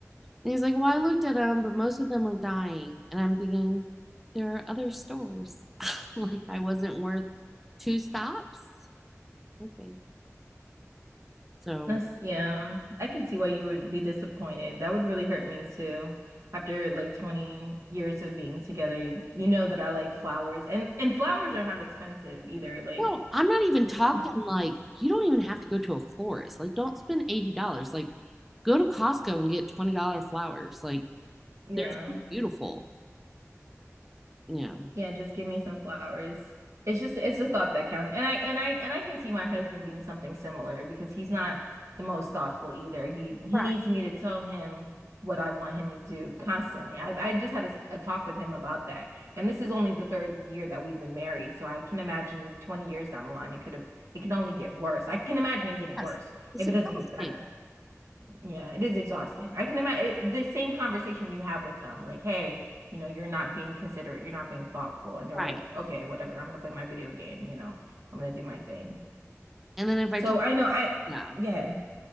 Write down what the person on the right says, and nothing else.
That's yeah. I can see why you would be disappointed. That would really hurt me too. After like 20 years of being together, you, you know that I like flowers and and flowers are not expensive either. Like
it's not
yeah.
Yeah, just give me some flowers. It's just it's the thought that counts. And I and I and I can see my husband being something similar because he's not the most thoughtful either. He he
needs me to tell him what I want him to do constantly. I I just had a, s- a talk with him about that. And this is only the third year that we've been married, so I can imagine 20 years down the line it could have it can only get worse. I can imagine it getting
worse
if
it doesn't get better. Yeah, it is exhausting. I can imagine the same conversation you have with them, like, hey, you know, you're not being considerate, you're not being thoughtful. And they're
like, okay, whatever, I'm gonna play my video game, you know, I'm gonna do my thing.
So
I know I,
yeah,